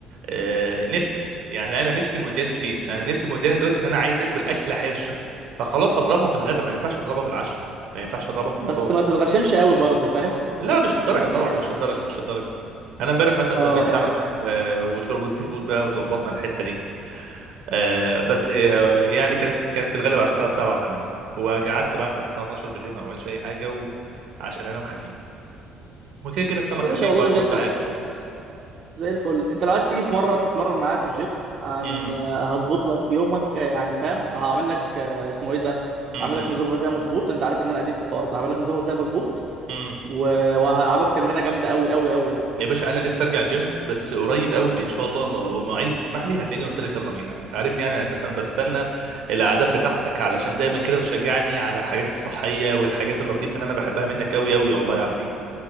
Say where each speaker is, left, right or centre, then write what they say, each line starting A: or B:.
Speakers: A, on the right (about 70°); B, on the right (about 45°).
A: آه، نفس يعني انا نفسي مودياني لفين انا نفسي مودياني دلوقتي ان انا عايز اكل اكله حرشه فخلاص هضربها في الغداء ما ينفعش اضربها في العشاء ما ينفعش اضربها في الفطار
B: بس ما تتغشمش قوي برضه فاهم
A: لا مش للدرجه
B: يعني
A: طبعا مش للدرجه مش للدرجه انا امبارح مثلا
B: اه
A: دبيت سمك
B: يعني
A: و- وشوربه سي فود بقى وظبطنا الحته دي آه، بس آه، يعني كانت كانت في الغالب على الساعه 7 8 وقعدت بقى لحد الساعه 12 بالليل ما بعملش اي حاجه وعشان انام خفيف وكده كده السمك
B: طب يا
A: خفيف
B: باشا والله
A: برضه
B: زي الفل
A: انت عارف
B: زي الفل انت لو عايز تيجي في مره تتمرن معايا في الجيم عن
A: امم
B: آه، هظبط لك يومك آه، يعني فاهم هعمل لك آه، اسمه ايه ده
A: امم
B: هعمل لك نظام غذائي مظبوط انت عارف ان انا قديم في الحوار ده هعمل لك نظام غذائي مظبوط
A: امم.
B: و... وهلعبك تمرينه جامده قوي قوي قوي يعني
A: يا باشا انا نفسي ارجع جيم بس قريب قوي ان شاء الله م- مواعيدي تسمح لي هتلاقيني قلت لك يلا بينا انت عارفني يعني، انا اساسا بستنى الاعداد بتاعتك علشان دايما كده بتشجعني على الحاجات الصحيه والحاجات اللطيفه اللي انا بحبها منك قوي قوي والله يا عبدين